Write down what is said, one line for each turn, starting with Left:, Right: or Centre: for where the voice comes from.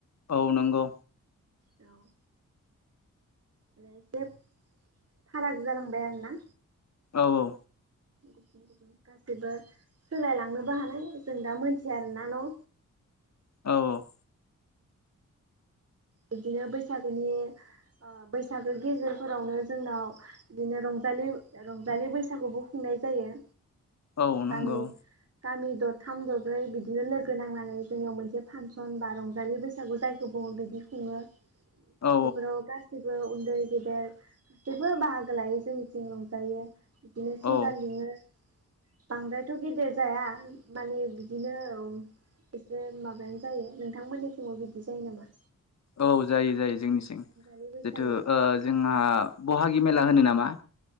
Left: औ नंगौ।
Right: औ माने एसे फाराग जालांबाय आरोना।
Left: औ औ।
Right: गुबुन गुबुन गासैबो सोलायलांनोबो हानाय जों दा मोनथिया आरोना न'?
Left: औ
Right: बिदिनो बैसागोनि ओ बैसागो गेजेरफोरावनो जोंनाव बिदिनो रंजालि रंजालि बैसागुबो खुंनाय जायो।
Left: औ नंगौ
Right: गामि गामि दरथाम दरब्रै बिदिनो लोगो नांनानै जोंनियाव मोनसे फांसन बा रंजालि बैसाग सागु जायखौ बुङो बिदि खुङो
Left: औ
Right: बेफोराव गा जेबो उन्दै गेदेर जेबो बाहागो लायो जोंनिथिं रंजायो। बिदिनो सिंगार
Left: औ
Right: लिङो बांद्रायथ' गेदेर जाया माने बिदिनो। औ एसे माबायानो जायो। नोंथांमोननि सिङाव बिदि जायो नामा?
Left: औ जायो जायो जोंनिसिं
Right: रंजालि बैसागु
Left: जिथु ओ जोंहा बहागि मेला होनो नामा।